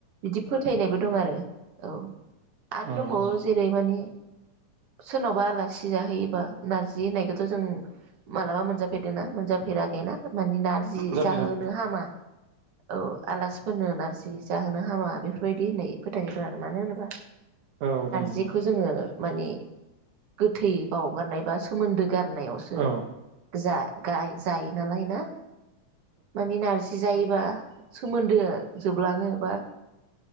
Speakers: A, on the right; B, on the right.
A: बिदि फो थैनायबो दं आरो औ आरो
B: औ
A: दंबावो
B: औ
A: जेरै माने सोरनावबा आलासि जाहैयोबा नारजि होननायखौथ' जों मालाबा मोनजाफेरदोंना मोनजाफेराखैना? माने नारजि
B: जाफेरा
A: जाहोनो हामा औ आलासिफोरनो नारजि जि जाहोनो हामा बेफोरबायदि होननाय फोथायनाय दं आरो मानो होनोबा
B: औ दङ
A: जिखौ
B: दङ
A: जोङो माने गोथै बावगारनाय बा सोमोनदो गार नायावसो
B: औ
A: जा गाय जायो नालाय ना माने नारजि जायोबा सोमोनदो जोबलाङो बा